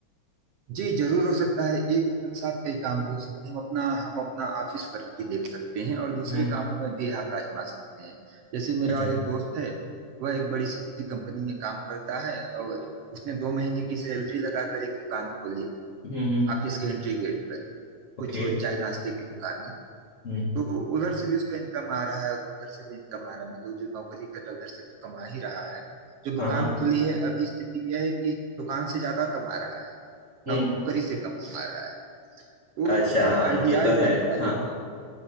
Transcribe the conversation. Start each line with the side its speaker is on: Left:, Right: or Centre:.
Right: जी जरूर हो सकता है एक साथ कई काम भी हो सकते हैं हम अपना हम अपना ऑफिस वर्क भी देख सकते हैं और दूसरे
Left: हम्म
Right: कामों में भी हाथ आजमा सकते हैं जैसे मेरा
Left: अच्छा
Right: एक दोस्त है वह एक बड़ी सी कंपनी में काम करता है और उसने दो महीने की सैलरी लगाकर एक दुकान खोली
Left: हम्म हम्म
Right: ऑफिस के एंट्री गेट पर कुछ
Left: ओके
Right: वो चाय नाश्ते की दुकान है
Left: हम्म
Right: तो उधर से भी उसका इनकम आ रहा है और उधर से भी इनकम आ रहा है मतलब जो नौकरी कर रहा है, उधर से तो कमा ही रहा है जो दुकान
Left: हाँ हाँ
Right: खुली है अभी स्थिति यह है कि दुकान से ज्यादा कमा रहा है
Left: हम्म
Right: नौकरी से कम कमा रहा है वो
Left: अच्छा हाँ
Right: आइडियाज
Left: ये तो है
Right: ढेर सारे
Left: हाँ
Right: हैं